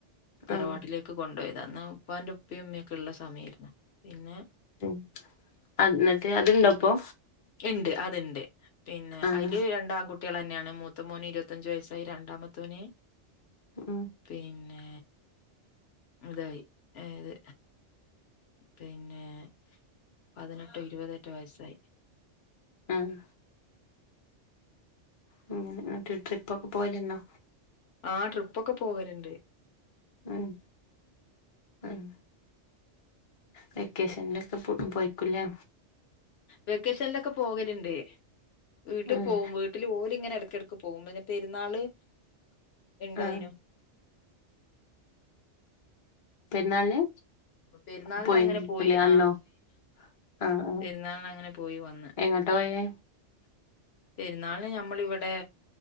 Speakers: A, on the left; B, on the left.
A: തറവാട്ടിലേക്ക്
B: ആഹ്
A: കൊണ്ടോയതാ. ന്ന് ഉപ്പാന്റെ ഉപ്പിം ഉമ്മിം ക്കെള്ള സമ്യേര്ന്ന്. പിന്നെ,
B: ഉം. അന്നട്ട് അത്ണ്ടോപ്പൊ.
A: ഉണ്ട് അത്ണ്ട് പിന്നെ
B: ആഹ്
A: അതില് രണ്ടാംൺകു കുട്ടികൾ തന്നെയാണ് മൂത്ത മോന് ഇരുപത്തഞ്ചു വയസ്സായി രണ്ടാമത്തോന്
B: ഉം
A: പിന്നെ ഇതായി ഏത് പിന്നെ പതിനെട്ടോ ഇരുപതെറ്റെ വയസ്സായി
B: ആഹ് ഉം ഉം എന്നിട്ട് ട്രിപ്പ് ഒക്കെ പോകലെണ്ടാ
A: ആഹ് ട്രിപ്പ് ഒക്കെ പോകല്ണ്ട്
B: ഉം ഉം വെക്കേഷനിലൊക്കെ പോയിക്കൂല്ലേ
A: വെക്കേഷനിലൊക്കെ പോകല്ണ്ട് വീട്ട്
B: ആഹ്
A: പോകും വീട്ടില് ഓല്ങ്ങനെ എടക്കെട ക്ക് പോകുമ്പോന്നെ പെരുന്നാള് ണ്ടായിനു
B: ആഹ് പെരുന്നാളിന്
A: പെരുന്നാളിന്
B: പോയി.
A: അങ്ങനെ
B: <unintelligible>
A: ആ
B: ആ ആ
A: പെരുന്നാളിന് അങ്ങനെ പോയി വന്ന്
B: എങ്ങോട്ട പോയേ
A: പെരുന്നാളിന് ഞമ്മൾ ഇവിടെ